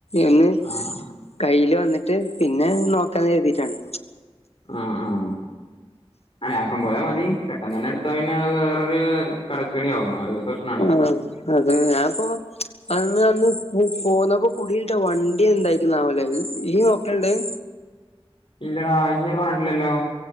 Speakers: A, on the left (about 85°); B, on the left (about 60°).
A: ഒന്ന്
B: ആഹ്
A: കയ്യിൽ വന്നിട്ട് പിന്നെ നോക്കാന്ന് കെര്തീട്ടാണ്
B: ആ ആഹ അല്ല ആക്കം പോലെ മതി പെട്ടന്ന് ഇപ്പ അയ്നത് വേറെ എന്തിയേലും കടക്കെണിയാവും പ്രശ്നാണ്
A: ആ അത് ഞാപ്പോ അന്ന് അന്ന് പോന്നപ്പോ കുടീലിട്ട വണ്ടി എന്തായിരിക്കുന്നാവോലെ ഈയ് നോക്കല്ണ്ടോ അത്
B: ഇല്ലടാ അത് ഇന്നോട് പറഞ്ഞിട്ടില്ലല്ലോ